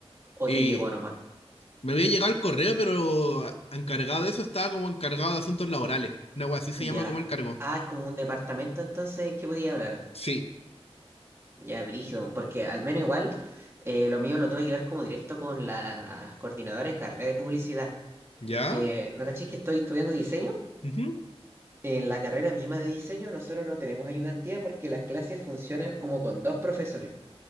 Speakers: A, on the right; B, on the left.
A: ¿O
B: Y
A: te llegó nomás?
B: me había llegado el correo, pero encargado de eso estaba como encargado de asuntos laborales. Una wea así se
A: Ya.
B: llama como el cargo.
A: Ah, es como un departamento entonces que podía hablar.
B: Sí.
A: Ya, brígido, porque al menos igual eh, lo mío lo tuve que ver como directo con la coordinadora de carrera de publicidad,
B: ¿Ya?
A: porque no caché que estoy estudiando diseño.
B: Ujú.
A: En la carrera misma de diseño nosotros no tenemos ayudantía porque las clases funcionan como con dos profesores.